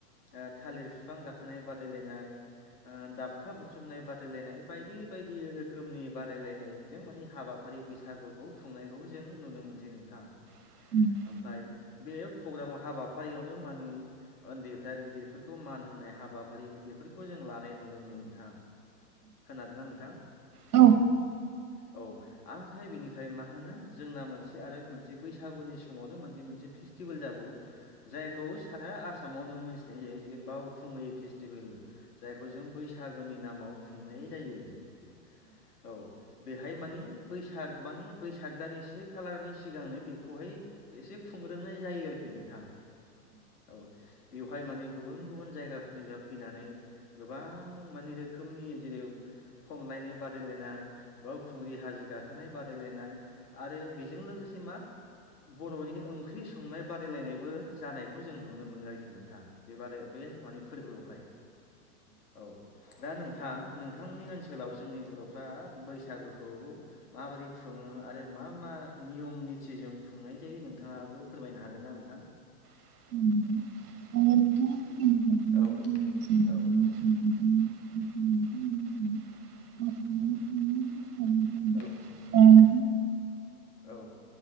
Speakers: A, on the left; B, on the right.
A: ओ थालिर बिफां गाखोनाय बादायलायनाय ओ दाबखा बुख्रुबनाय बादायलायनाय बायदि बायदि रोखोमनि बादायलायनायजों माने हाबाफारि बैसागुखौ खुंनायखौ जों नुनो मो नो नोंथां
B: <inaudible>
A: ओमफाय बे प्रग्रामाव हाबाफारियावनो माने उन्दैफ्रा गिदिरफोरखौ मान होनाय हा बाफारि बेफोरखौ जों लानाय नुनो मोनो नोंथां। खोनादोंना नोंथां
B: औ
A: औ ओमफ्राय बिनिफ्राय मा होनो जोंना मोनसे आरो मोनसे बैसागुनि सम समावनो मोनसे मोनसे फेस्टिभेल जाबावो जायखौ सारा आसामावनो मोनथिनाय जायो जेरै बावखुंग फुंग्रि फेस्टिभेल जायखौ जों बैसागोनि नामाव खुंनाय जायो आरोखि। औ बेहाय मानि बैसाग मानि बैसाग दानि से खालारनि सिगांनो बेखौहाय एसे खुंग्रोनाय जायो आरोखि नोंथां औ बे बेहाय माने गुबुन गुबुन जायगाफोरनिफ्राय फैनानै गोबां मानि रोखोमनि जेरै खमलायनाय बादायलायनाय बावखुंग्रि हाजो गाखोनाय बादायलायनाय आरो बेजों लोगोसे सिमा बर'नि ओंख्रि संनाय बादायलायनायबो जानायखौ जों नुनो मोनो आरोखि नोंथां बेबादि बे हफानि फोरबोआवहाय औ दा नों नोंथां नोंथांमोननि ओनसोलाव जोंनि बर'फ्रा बैसागुखौ माबोरै खुङो आरो मा मा नियम निथिजों खुंनाय जायो नोंथाङाबो फोरमायनो हागोन ना नोंथां?
B: <inaudible>
A: औ औ
B: <inaudible> नोंथाङा
A: औ औ